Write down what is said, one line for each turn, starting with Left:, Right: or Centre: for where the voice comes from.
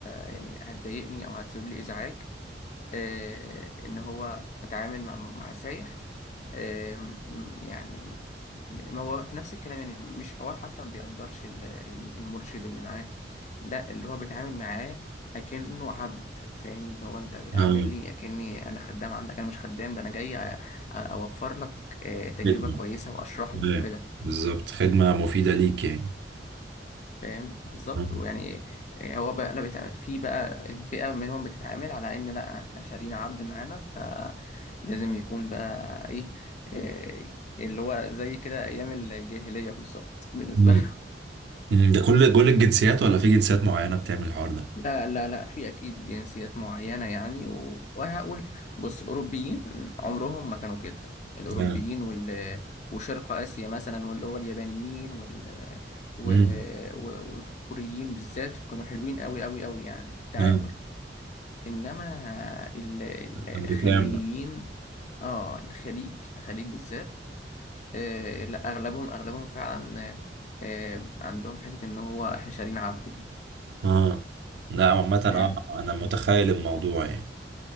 Left: يعني هتضايقني او هتسبب لي ازعاج إيه ان هو اتعامل مع مع سايح إيه م- يعني ما هو في نفس الكلام يعني مش حوار حتى ما بيقدرش ال- ال- المرشد اللي معاه لا اللي هو بيتعامل معاه لكنه عبد فاهم اللي هو انت بتعاملني
Right: آه،
Left: اكني انا خدام عندك انا مش خدام ده انا جاي أ- اوفر لك آه، تجربة
Right: خدمة
Left: كويسة واشرح لك
Right: آه،
Left: وكده
Right: بالظبط خدمة مفيدة ليك يعني
Left: فاهم بالظبط
Right: آه.
Left: ويعني آه، هو بقى لا بيتعامل في بقى الفئة منهم بتتعامل على ان لا احنا شارين عبد معانا فلازم يكون بقى ايه آه، اللي هو زي كده ايام الجاهلية بالظبط بالنسبة
Right: مم. مم. ده كل كل الجنسيات ولا في جنسيات معينة بتعمل الحوار ده
Left: لا لا لا في اكيد جنسيات معينه يعني و- وهقول بص الاوروبيين عمرهم ما كانوا كده الاوروبيين
Right: آه.
Left: وال وشرق اسيا مثلا واللي هو اليابانيين وال و...
Right: مم.
Left: و... والكوريين بالذات كانوا حلوين قوي قوي قوي يعني في التعامل
Right: آه.
Left: انما ال... ال-
Right: امريكان
Left: الخليجيين
Right: بقى
Left: اه الخليج الخليج بالذات آه لا اغلبهم اغلبهم فعلا آه آه، عندهم حته ان هو احنا شارين عبد دي
Right: اه لا عامة
Left: فاهم
Right: اه انا متخيل الموضوع يعني